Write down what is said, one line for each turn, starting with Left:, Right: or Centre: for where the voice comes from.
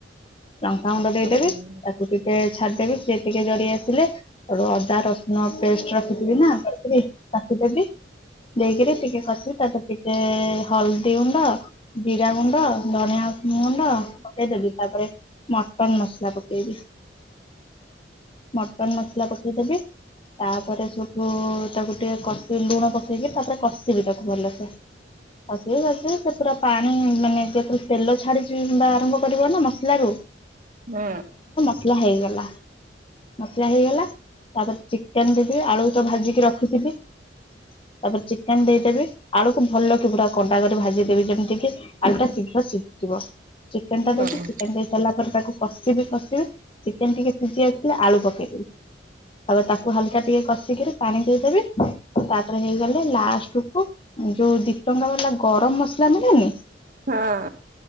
Left: ଲଙ୍କାଗୁଣ୍ଡ ଦେଇଦେବି
Right: ହଁ ହୁଁ
Left: ତାକୁ ଟିକେ ଛାଡିଦେବି ସେି ଟିକେ ଜରି ଆସିଲେ ହେଠୁ ଅଦା ରସୁଣ ପେଷ୍ଟ ରଖିଥିବି ନା କରିକିରି ତାକୁ ଦେବି ଦେଇକିରି ଟିକେ କସିବି ତାପରେ ଟିକେ ହଳଦୀ ଗୁଣ୍ଡ ଜିରା ଗୁଣ୍ଡ ଧଣିଆଁ ଗୁଣ୍ଡ ପକେଇଦବି ତାପରେ ମ ପପଙ୍ଗ ମସଲା ପକେଇବି।
Right: <inaudible>
Left: ମଟନ ମସଲା ପକେଇଦେବି। ତାପରେ ସୋଠୁ ତାକୁ ଟିକେ କସି ଲୁଣ ପକେଇକି ତାପରେ କଷିବି ତାକୁ ଭଲସେ। ଅସ ଅ ସେ ପୁରା ପାଣି ମାନେ ଯେତ ତେଲ ଛାଡିଛି ଆରମ୍ଭ କରିବ ନା ମସଲ ରେ
Right: ହୁଁ।
Left: ମସଲା ହେଇଗଲା। ମସଲା ହେଇଗଲା ତାପରେ ଚିକେନ ଦେଇଦେବି ଆଳୁକୁ ତ ଭାଜିକି ରଖିଥିବି ତାପରେ ଚିକେନ ଦେଇଦେବି ଆଳୁକୁ ଭଲ ପୁରା କଣ୍ଡା କରି ଭାଜିଦେବି ଯେମିତି କିି ଆଳୁଟା ଶୀଘ୍ର ସିଝିଯିବ। ଚିକେନ ଟା
Right: ହୁଁ।
Left: ଦେବି ଚିକେନ ଦେଇ ସାରିଲା ପରେ ତାକୁ କଷିବି କଷିବି ଚିକେନ ଟିକେ ଶିଝି ଆସିଲେ ଆଳୁ ପକେଇବି। ତାପରେ ତାକୁ ହାଲକା ଟିକେ କଷିକିରି ପାଣି ଦେଇଦେବେି ତାପରେ ହେଇଗଲେ ଲାଷ୍ଟକୁ ଯୋଉ ଦିଟଙ୍କା ବାଲା ଗରମ ମସଲା ମିଳେନି
Right: ହଁ।